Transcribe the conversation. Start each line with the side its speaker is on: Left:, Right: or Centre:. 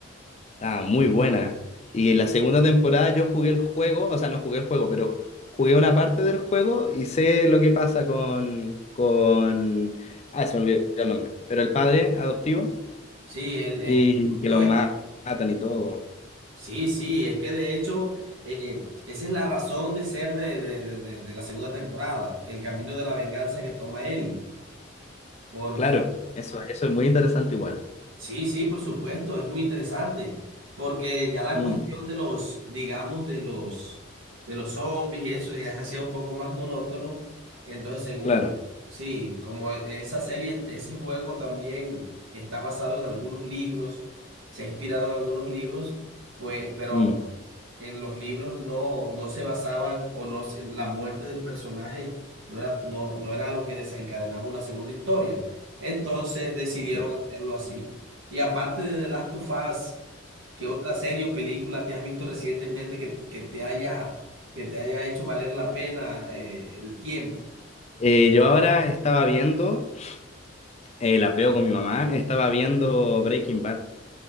Left: Ah, muy buena. Y en la segunda temporada yo jugué el juego, o sea, no jugué el juego, pero jugué una parte del juego y sé lo que pasa con, con... Ah, se me olvidó el nombre. Pero el padre adoptivo
Right: sí, él es
Left: y que
Right: Joel.
Left: lo ma- matan y todo.
Right: Sí, sí, es que de hecho eh, esa es la razón de ser de, de de- de- de la segunda temporada, el camino de la venganza que toma Ellie. Porque
Left: Claro, eso, eso es muy interesante igual.
Right: Sí, sí, por supuesto, es muy interesante, porque ya la
Left: Mm,
Right: cuestión de los, digamos, de los, de los zombies y eso ya se hacía un poco más monótono. Entonces, según,
Left: claro.
Right: es- sí, como e- esa serie, ese juego también está basado en algunos libros, se ha inspirado en algunos libros, pues, pero
Left: mm,
Right: en los libros no, no se basaban o no, se- la muerte del personaje no era, no, no era lo que desencadenaba una segunda historia. Entonces decidieron
Left: claro.
Right: hacerlo así. Y aparte de The Last of Us, ¿qué otra serie o película te has visto recientemente que, te- que te haya, que te haya hecho valer la pena eh, el tiempo?
Left: Eh, yo ahora estaba viendo, eh, las veo con mi mamá, estaba viendo Breaking Bad.